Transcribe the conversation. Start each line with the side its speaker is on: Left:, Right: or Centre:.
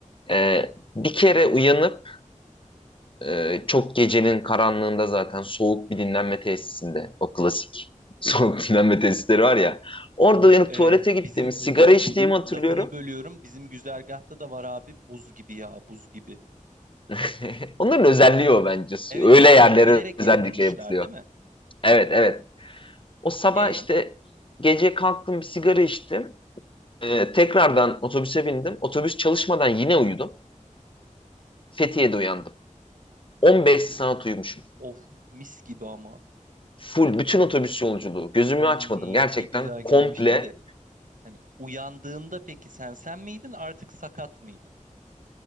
Left: E, bir kere uyanıp Ee, çok gecenin karanlığında zaten soğuk bir dinlenme tesisinde o klasik <laughs> soğuk dinlenme tesisleri var ya. Orada
Right: Of
Left: uyanıp
Right: evet
Left: tuvalete gittiğimi,
Right: bizim
Left: sigara
Right: bizim
Left: içtiğimi
Right: bu
Left: hatırlıyorum.
Right: lafını bölüyorum. Bizim güzergahta da var abi buz gibi ya buz gibi.
Left: <laughs> Onların özelliği o bence.
Right: Evet
Left: Öyle
Right: evet
Left: yerlere
Right: hani bilerek
Left: özellikle
Right: yapılmışlar
Left: yapılıyor.
Right: değil mi?
Left: Evet, evet. O sabah
Right: E
Left: işte gece kalktım bir sigara içtim. Ee, tekrardan otobüse bindim. Otobüs çalışmadan yine uyudum. Fethiye'de uyandım. 15 saat uyumuşum.
Right: of mis gibi ama.
Left: Full bütün otobüs yolculuğu. Gözümü
Right: Ay
Left: açmadım. Gerçekten
Right: ne güzel
Left: komple
Right: gelmiştir de. Hani uyandığında peki sen sen miydin artık sakat mıydın?